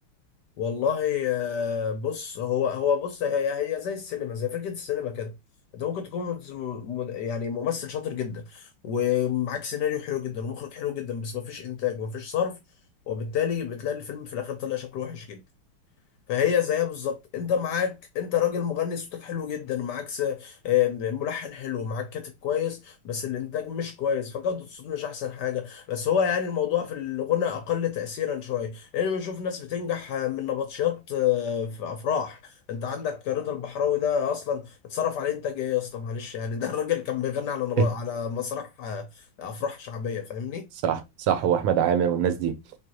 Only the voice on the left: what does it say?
والله آه، بص هو هو بص هي هي زي السينما زي فكرة السينما كده انت ممكن تكون مز- مد- يعني ممثل شاطر جدا ومعاك سيناريو حلو جدا ومخرج حلو جدا بس مفيش انتاج ومفيش صرف وبالتالي بتلاقي الفيلم في الاخر طلع شكله وحش جدا فهي زيها بالظبط انت معاك انت راجل مغني صوتك حلو جدا معاك س- آه، ملحن حلو معاك كاتب كويس بس الانتاج مش كويس فجودة الصوت مش احسن حاجة بس هو يعني الموضوع في الغنى اقل تأثيرا شوية لان بنشوف ناس بتنجح آه، من نبطشيات آه، في افراح انت عندك رضا البحراوي ده اصلا اتصرف عليه انتاج ايه يا اسطى معلش يعني ده الراجل كان بيغني على نب...
على مسرح آه، افراح شعبية فاهمني